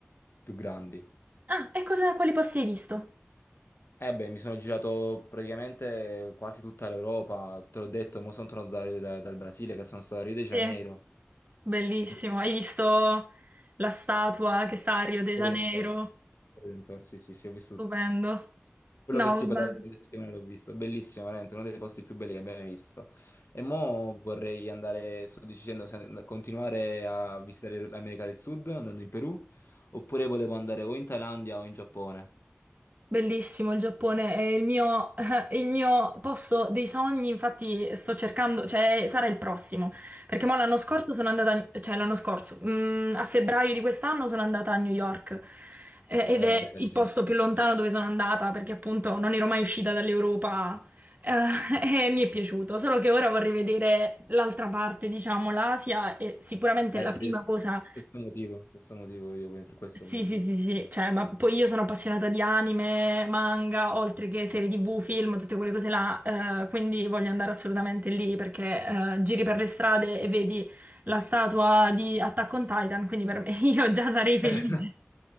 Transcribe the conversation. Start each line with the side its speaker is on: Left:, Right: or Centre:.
Left: più grandi.
Right: Ah, e cosa, quali posti hai visto?
Left: Eh beh, mi sono girato praticamente quasi tutta l'Europa, te l'ho detto, mo sono tornato da- da- dal Brasile, che sono stato a Rio de Janeiro.
Right: Sì. Bellissimo.
Left: Bellissimo.
Right: Hai visto la statua che sta a Rio de
Left: Torre
Right: Janeiro?
Left: del Tor- Torre del Tor, Sì, sì, sì, ho visto
Right: Stupendo.
Left: Quello
Right: No,
Left: che si poteva
Right: vabbè.
Left: vedere in settimane l'ho visto, bellissimo, veramente, uno dei posti più belli che abbiamo mai visto. E mo vorrei andare, sto dicendo, se and- continuare a visitare l'America del Sud andando in Perù, oppure volevo andare o in Thailandia o in Giappone.
Right: Bellissimo il Giappone, è il mio, <laughs> è il mio posto dei sogni, infatti sto cercando, cioè sarà il prossimo, perché mo l'anno scorso sono andata, a- cioè l'anno scorso, mm, a febbraio di quest'anno sono andata a New York eh, ed
Left: Beh,
Right: è
Left: bene.
Right: il posto più lontano dove sono andata, perché appunto non ero mai uscita dall'Europa eh, <laughs> e mi è piaciuto, solo che ora vorrei vedere l'altra parte, diciamo l'Asia e sicuramente
Left: Eh,
Right: la
Left: per
Right: prima
Left: il stesso
Right: cosa
Left: stesso motivo, stesso motivo io quindi per questo.
Right: sì,
Left: volevo-
Right: sì, sì, sì, cioè, ma poi io sono appassionata di anime, manga, oltre che serie TV, film, tutte quelle cose là, eh, quindi voglio andare assolutamente lì perché eh, giri per le strade e vedi la statua di Attack on Titan, quindi per me <laughs> io già sarei felice.
Left: <laughs>